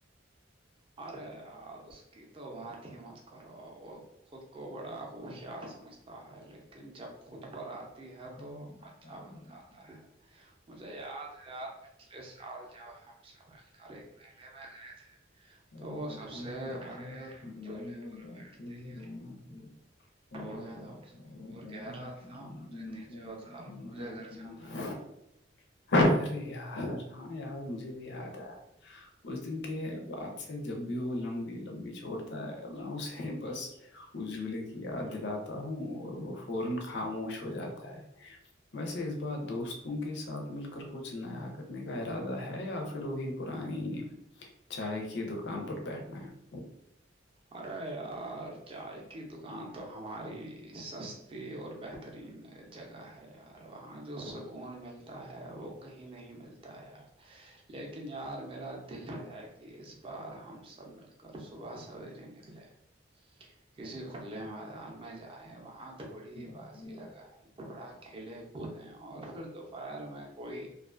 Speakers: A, on the right; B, on the left.
A: ارے یار اس کی تو بات ہی مت کرو وہ خود کو بڑا ہوشیار سمجھ ہوتا ہے لیکن جب خود پر آتی ہے تو
B: یار
A: بچہ بن جاتا ہے <unintelligible> مجھے یاد ہے ار پچھلے سال جب ہم سب مل کر ایک میلے میں گئے تھے
B: س
A: تو وہ سب سے
B: سر
A: بڑے
B: کڈا
A: جو
B: لگ
A: لیتے ہی
B: <unintelligible> وہک
A: ہو گیا تھا اس کا
B: ہوتا
A: اور کہہ رہا تھا مجھے
B: <unintelligible>
A: نیچے اتارو مجھے گھر
B: <inaudible>
A: جانا ہے
B: ارے یار ہاں یار مجھے بھی یاد آ اس دن کے بعد <unintelligible> جب بھی وہ لمبی لمبی چھوڑتا ہے میں اسے بس اس جملے کی یاد دلاتا وں اور وہ فوراخاموش ہو جاتا ہے ویسے اس بات دوستوں کے ساتھ مل کر کچھ نیا کرنے کا ارادہ ہے یا پھر وہی پرانی چاہ کی دکان پر بیٹھنا ہے
A: ارے یار چائے کی دکان تو ہماری سستی اور بہتر ترین جگہ ہے یار وہاں جو سکون ملتا ہے وہ کہیں نہیں ملتا یار لیکن یار میرا دل ہے کہ اس بار ہم سب مل کر صبح سویر نکلے <unintelligible> کسی کھے میدان میں جائیں وہاں تھوڑی بازی
B: ہے
A: لگائےیں تھوڑا کھیلے کوتے ہیں اور پھر دوپہر میں کوئی